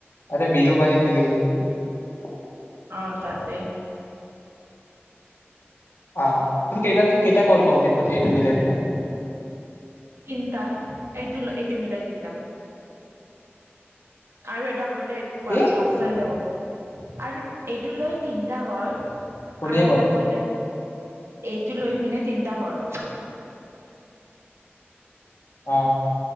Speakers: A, on the left; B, on the right.
A: আৰে বিৰুবাৰীত নেকি বুলি সুধিছোঁ।
B: অঁ তাতেই।
A: অঁ, তোৰ কেইটাত টোৰ কেইটা কল কমপ্লিট হ'ল এইটো মিলাই পিনে।
B: তিনিটা, এইটো লৈ এইটো মিলাই তিনিটা। আৰু এটা কৰিলে এইটো
A: কি
B: পা পাঁচটা হৈ যাব। আৰু এইটো লৈ তিনিটা হ'ল।
A: শুনিয়ে
B: আৰু
A: পোৱা
B: এটা
A: নাই
B: কৰিলে এইটো লৈ পিনে তিনিটা হ'ল।
A: অঁ।